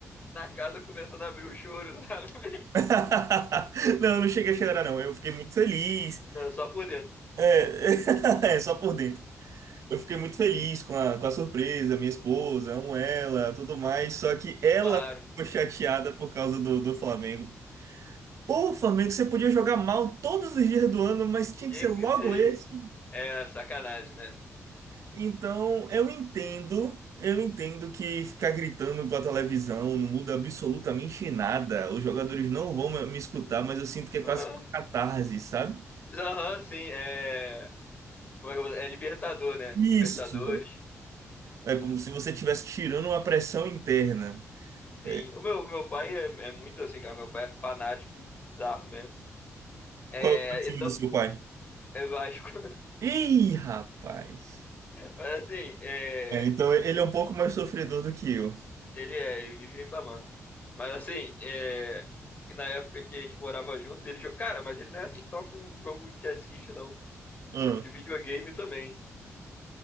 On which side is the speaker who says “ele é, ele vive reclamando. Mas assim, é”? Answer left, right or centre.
Left